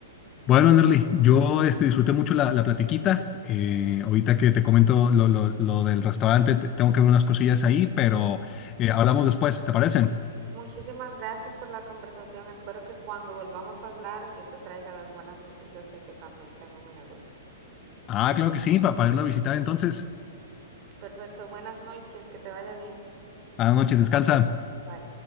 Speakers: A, on the left; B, on the right.
A: Bueno, Anderly, yo este, disfruté mucho la, la platiquita. Eh, ahorita que te comento lo, lo- lo del restaurante, te- tengo que ver unas cosillas ahí, pero eh, hablamos después, ¿te parece?
B: Muchísimas gracias por la conversación. Espero que cuando volvamos a hablar yo te traiga las buenas noticias de que también tengo mi negocio.
A: Ah, claro que sí, pa- para irlo a visitar entonces.
B: Perfecto, buenas noches, que te vaya bien.
A: Buenas noches, descansa.
B: Bye.